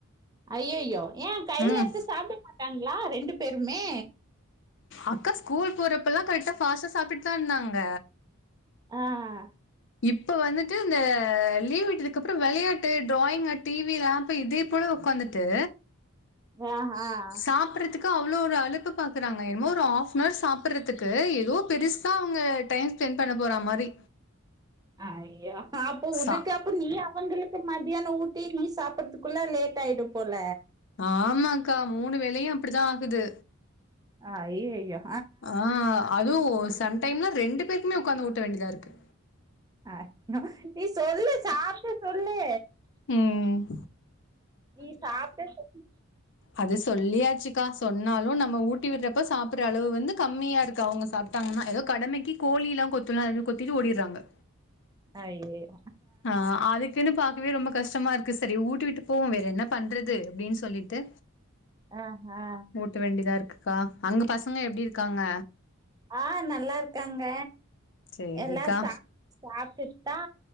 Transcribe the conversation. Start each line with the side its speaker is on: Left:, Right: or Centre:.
Right: ஐயோயோ ஏ கையில
Left: ம்
Right: எத்து சாப்ட மாட்டாங்களா ரெண்டு பேருமே
Left: அக்கா ஸ்கூல் போறப்பல்லா கரெக்டா பாஸ்ட்டா சாப்டுட்டு தா இருந்தாங்க
Right: ஆ ஆ
Left: இப்ப வந்துட்டு இந்த லீவ் விட்டதுக்கு அப்றோ வெளயாட்டு ட்ராயிங் டிவி இதே போல உக்காந்து ட்டு
Right: ஆஹ
Left: சாப்படறதுக் அவ்ளோ ஒரு அழப்பு பாக்குறாங்க என்னமோ ஒரு ஆப் நனவர் சாப்டறதுக்கு ஏதோ பெருசா அவங்க டைம் செண்ட் பண்ண போற மாரி
Right: ஐய்யோ அப்போ உனக்
Left: சா
Right: அப்போ நீ அவங்க மத்தியான ஊட்டி நீ சாப்பறதுக்குள்ள லேட் ஆயிடு போல
Left: ஆமாக்கா மூணு வேலையு அப்டிதா ஆகுது
Right: ஆ ஐய்யய்யோ
Left: ஆஹ அதுவு சம் டைம்ல ரெண்டு பேருக்குமே உக்காந்து ஊட்ட வேண்டியதாருக்கு
Right: அ நீ சொல்லு சாப்ட சொல்லு
Left: ம்
Right: நீ சாப்ட சொ
Left: அது சொல்லியாச்சுக்கா சொன்னாலு நம்ம ஊட்டி விடுறப்ப சாப்புற அளவு வந்து கம்மியா இருக்கு அவங்க சாப் டங்னா ஏதோ கடமைக்கு கோழில்லா கொத்துனா கொத்திட்டு ஓடிறாங்க
Right: அய்யயோ
Left: ஆ அதுக்குனு பா வே ரொம்ப கஷ்டமா இருக்கு செரி ஊட்டிவுட்டு போவோமே வேற என்ன பண்றது அப்டின்னு சொல்லிட்டு
Right: ஆ ஆ
Left: ஊட்ட வேண்டியதா இருக்குக்கா அங்க பசங்க எப்டி இருக்காங்க
Right: ஆ நல்லா இருக்காங்க
Left: சேரிக்கா
Right: எல்லா ஸ்டாப் சாப்டுட் தா